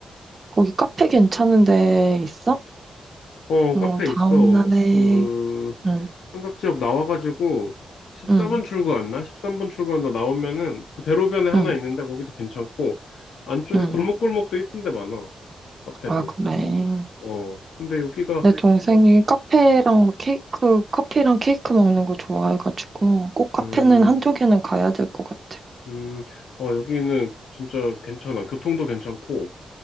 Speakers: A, on the right; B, on the left.
A: 거기 카페 괜찮은 데 있어?
B: 어,
A: 어,
B: 카페
A: 다음
B: 있어.
A: 날에.
B: 그,
A: 응,
B: 삼각지역 나와가지고, 13번
A: 응,
B: 출구였나? 13번 출구였나 나오면은, 그 대로변에 하나
A: 응,
B: 있는데, 거기도 괜찮고, 안쪽에
A: 응.
B: 골목골목도 이쁜 데 많아. 카페도.
A: 아, 그래.
B: 어, 근데 여기가,
A: 내 동생이 카페랑 막 케이크, 커피랑 케이크 먹는 거 좋아해가지고 꼭 카페는
B: 음,
A: 한두 개는 가야 될 것 같아.
B: 음, 어, 여기는 진짜 괜찮아. 교통도 괜찮고,